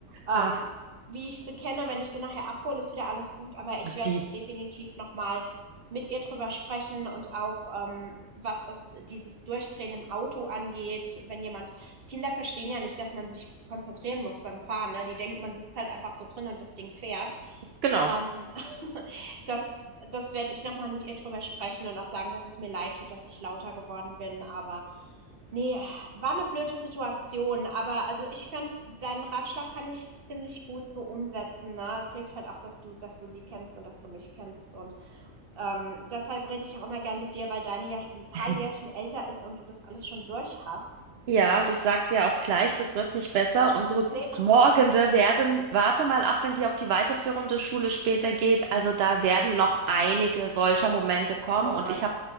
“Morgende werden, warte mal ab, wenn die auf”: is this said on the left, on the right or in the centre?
Right